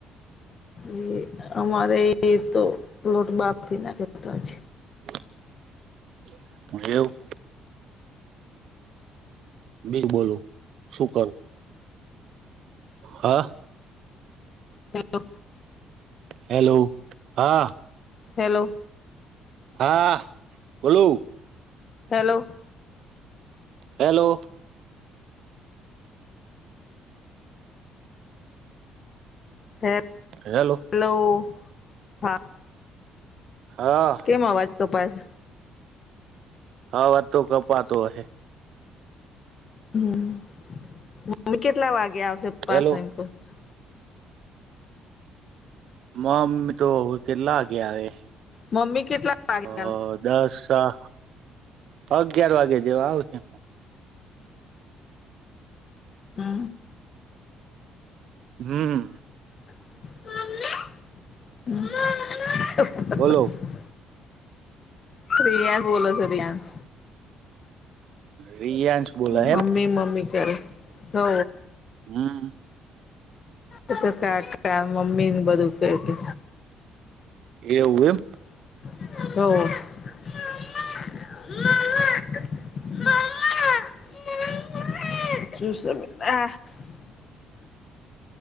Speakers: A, on the left; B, on the right.
A: એ અમારે એ તો લોટ બાફી નાખ્યો હતો આજ
B: <inaudible> હા એવું બિર બોલો શું કરું? હા
A: હેલો
B: હેલો હા.
A: હેલો
B: હા બોલો
A: હેલો
B: હેલો
A: હે
B: હેલો
A: હલો હા
B: હા
A: કેમ અવાજ કપાય છ
B: હા અવાજ તો કપાતો અહે
A: હમમ મમ્મી કેટલા વાગે આવશે પાસ
B: હેલો
A: એમ કવ છું
B: મમ્મી તો કેટલા વાગે આવે
A: મમ્મી કેટલા વાગે
B: હ અ
A: આવે
B: દસ અચ્છા તદ અગિયાર વાગે જેવા આવશે
A: હ અ
B: હમમ
A: મમ્મી હમમ
B: બોલો
A: મમ્મા <inaudible> રિયાસ બોલે છે રિયાસ.
B: રિયાંશ બોલાય
A: મમ્મી
B: એમ
A: મમ્મી કરે હો
B: હમમ
A: એ તો કાકા, મમ્મી ને બધું કે કે
B: એવું એમ
A: હોવ મમ્મા મમ્મા મમ્મા મમ્મા મમ્મા શું છે બેટા?